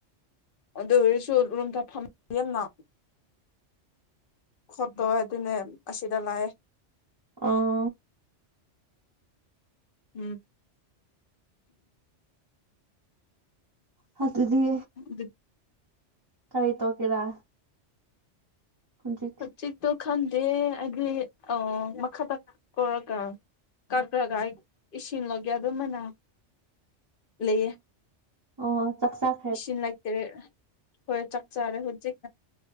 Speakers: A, on the left; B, on the right.
A: ꯑꯗꯨ ꯑꯣꯏꯔꯁꯨ ꯔꯨꯝꯗ ꯐꯝꯗꯤ ꯌꯥꯝꯅ ꯍꯣꯠ ꯇꯧꯋꯦ ꯑꯗꯨꯅꯦ ꯑꯁꯤꯗ ꯂꯥꯛꯑꯦ꯫
B: ꯑꯣ꯫
A: ꯎꯝ꯫
B: ꯍꯥ ꯑꯗꯨꯗꯤ
A: ꯎꯝ <unintelligible>
B: ꯀꯔꯤ ꯇꯧꯒꯦꯔꯥ? ꯍꯧꯖꯤꯛ
A: ꯆꯤꯛꯇꯣ ꯈꯟꯗꯦ ꯍꯥꯏꯗꯤ ꯑ ꯃꯈꯥꯇ ꯀꯧꯔꯒ ꯀꯛꯀꯒ ꯏꯁꯤꯡꯂꯧꯒꯦ ꯑꯗꯨꯝꯃꯥꯏꯅ ꯂꯩꯌꯦ꯫
B: ꯑꯣ ꯆꯥꯛ ꯆꯥꯥꯛ꯫
A: ꯏꯁꯤꯡ ꯂꯩꯇ꯭ꯔꯦ ꯍꯣꯏ ꯆꯥꯛ ꯆꯥꯔꯦ ꯍꯧꯖꯤꯛ꯫